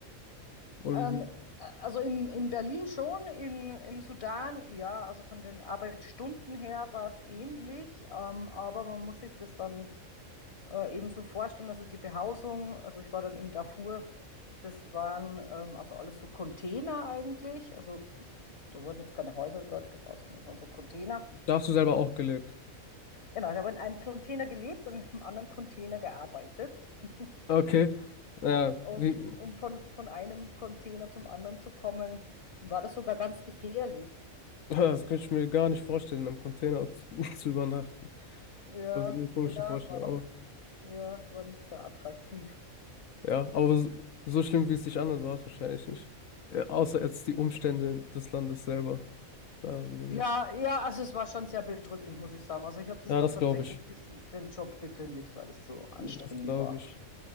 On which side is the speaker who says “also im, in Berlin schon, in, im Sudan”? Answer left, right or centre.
Left